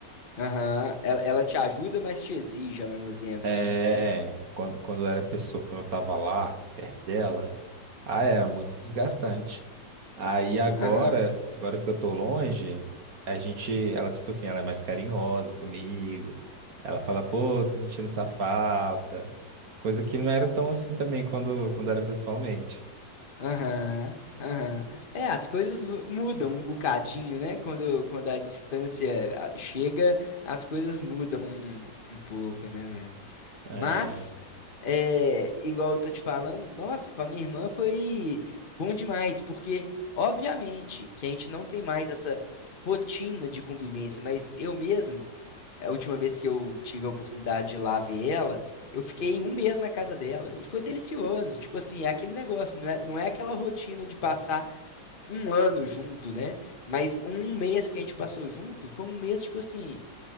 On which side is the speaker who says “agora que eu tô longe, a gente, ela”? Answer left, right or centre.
Right